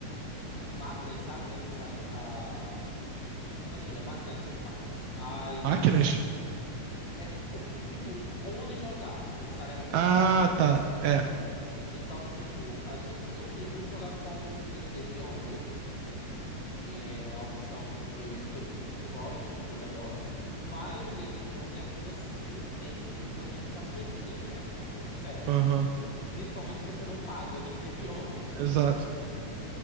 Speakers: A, on the left; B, on the right.
A: as máquinas, sabe? Necessárias para Assim, as máquinas. Máquinas. As.
B: Máquinas?
A: é, co- tipo, onde jogar, necessariamente,
B: Ah,
A: né? Vamos
B: tá.
A: dizer assim.
B: É.
A: Então, tipo, a gente, eu queria muito jogar com o D&D Beyond, que é a opção que eu escolhi pro pessoal e que ficou melhor. Mas o D&D Beyond ainda assim tem umas limitaçõezinhas, né? Vamos ser sinceros.
B: Aham.
A: Principalmente se você não paga o D&D Beyond.
B: Exato.